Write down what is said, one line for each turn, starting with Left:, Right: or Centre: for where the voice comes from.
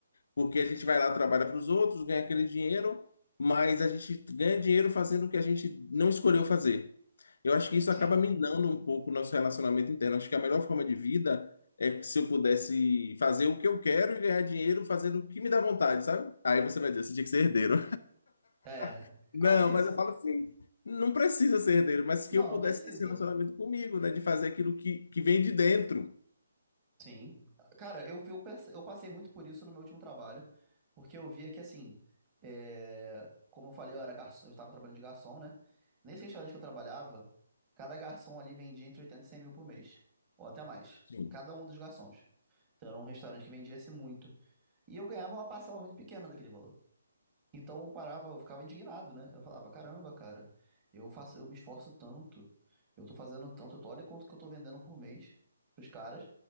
Left: Porque a gente vai lá, trabalha para os outros, ganha aquele dinheiro, mas a gente ganha dinheiro fazendo o que a gente não escolheu fazer. Eu acho que isso
Right: sim.
Left: acaba minando um pouco o nosso relacionamento interno. Acho que a melhor forma de vida é que se eu pudesse fazer o que eu quero e ganhar dinheiro fazendo o que me dá vontade, sabe? Aí você vai dizer, você tinha que ser herdeiro.
Right: É,
Left: <laughs> Não,
Right: quase isso.
Left: mas eu falo assim, não precisa ser herdeiro, mas que
Right: Não,
Left: eu
Right: não
Left: pudesse
Right: precisa.
Left: ter esse relacionamento comigo, né? De fazer aquilo que, que vem de dentro.
Right: Sim. Cara, eu, eu, perce- eu passei muito por isso no meu último trabalho, porque eu via que, assim, é, como eu falei, eu era garçom, eu estava trabalhando de garçom, né? Nesse restaurante que eu trabalhava, cada garçom ali vendia entre 80 e 100 mil por mês, ou até mais,
Left: Sim,
Right: cada um dos garçons. Então era um restaurante que vendia-se muito. E eu ganhava uma parcela muito pequena daquele valor. Então eu parava, eu ficava indignado, né? Eu falava, caramba, cara, eu faço, eu me esforço tanto, eu tô fazendo tanto, eu tô, olha quanto que eu tô vendendo por mês pros caras,